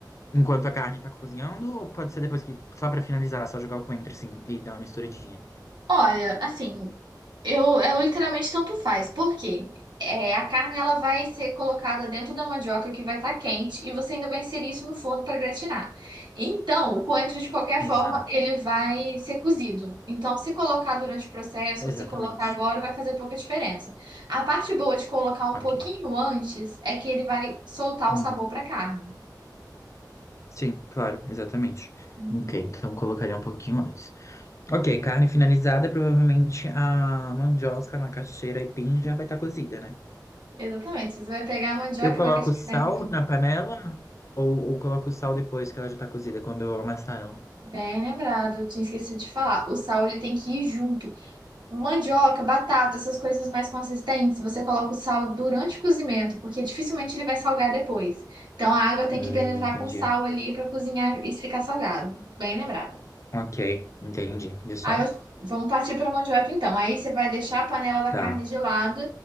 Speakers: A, on the left (about 40°); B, on the right (about 80°).
A: enquanto a carne tá cozinhando, ou pode ser depois que, só pra finalizar, só jogar o coentro assim e dar uma misturadinha.
B: Olha, assim, eu, eu literalmente tanto faz, porque é, a carne ela vai ser colocada dentro da mandioca que vai estar quente e você ainda vai inserir isso no forno para gratinar. Então, o coentro de qualquer
A: Exato.
B: forma ele vai ser cozido. Então, se colocar durante o processo
A: Exatamente.
B: ou se colocar agora vai fazer pouca diferença. A parte boa de colocar um
A: Ok.
B: pouquinho antes é que ele vai soltar
A: Hum.
B: o sabor para a carne.
A: Sim, claro, exatamente.
B: Uhum.
A: Ok, então colocaria um pouquinho antes. Ok, carne finalizada, provavelmente a mandioca, a macaxeira e pin já vai estar cozida, né?
B: Exatamente. Você vai pegar a mandioca
A: Eu coloco
B: e uma casquinha.
A: sal na panela ou, ou coloco sal depois que ela já tá cozida, quando eu amassar ela?
B: Bem lembrado, eu tinha esquecido de falar. O sal ele tem que ir junto. Mandioca, batata, essas coisas mais consistentes, você coloca o sal durante o cozimento, porque dificilmente ele vai salgar depois. Então a água tem
A: Hum,
B: que penetrar
A: entendi.
B: com sal ali para cozinhar e ficar salgado. Bem lembrado.
A: Ok, entendi. Viu só?
B: Aí eu- vamos partir para a mandioca então. Aí você vai deixar a panela da
A: Tá.
B: carne de lado,